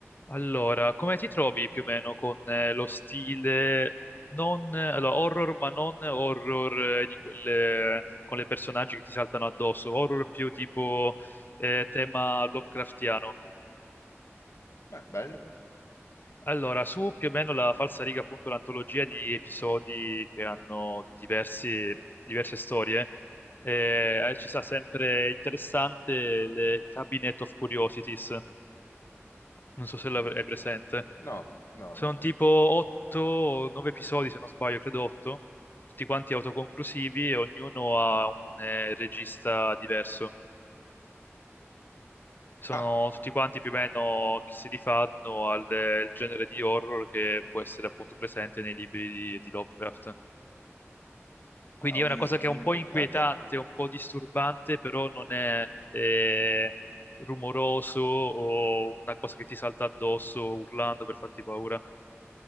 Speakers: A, on the left (about 45°); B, on the left (about 85°).
A: Allora, come ti trovi più o meno con eh, lo stile non eh, allora, horror, ma non horror eh, di quelle, con le personaggi che ti saltano addosso, horror più tipo eh, tema Lovecraftiano.
B: Beh, belli?
A: Allora, su più o meno la falsariga, appunto, l'antologia di episodi che hanno diversi- diverse storie, eh, ci sta sempre interessante le Cabinet of Curiosities. Non so se l'hai
B: Eh,
A: presente.
B: No, no,
A: Sono
B: no, no.
A: tipo 8 o 9 episodi, se non sbaglio, credo 8, tutti quanti autoconclusivi e ognuno ha un eh, regista diverso. Sono
B: Ah,
A: tutti quanti più o meno che si rifanno al, eh, il genere di horror che può essere appunto presente nei libri di, di Lovecraft. Quindi
B: a ogni,
A: è una cosa che
B: ogni
A: è un po'
B: puntata?
A: inquietante, un po' disturbante, però non è eh, rumoroso o una cosa che ti salta addosso urlando per farti paura.